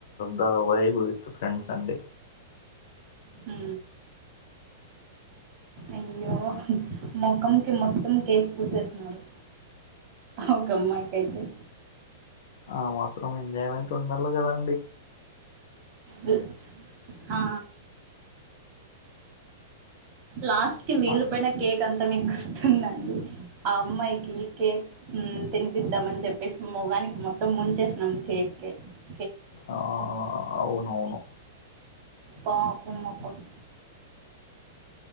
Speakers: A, on the left; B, on the right.
A: the why with friends అండి
B: హు అయ్యో మొఖంకి మొత్తం కేక్ పూసేసినరు ఓకమైకైతే
A: ఆ మత్ త్రం ఎంజాయ్మెంట్ ఉండాలి కదండి
B: ల్ ఆ లాస్ట్ కి వీగిలిపోయిన
A: ఆ
B: కేక్ అంతా మీక్ తుందండి ఆ అమ్మాయికి కేక్ హు తినిపిద్దాం అని చెప్పేసి మొగానికి మొత్తం ముంచేసినం కేక్ కే
A: ఆ ఆ అవునవును
B: పాపం ఆ పాప్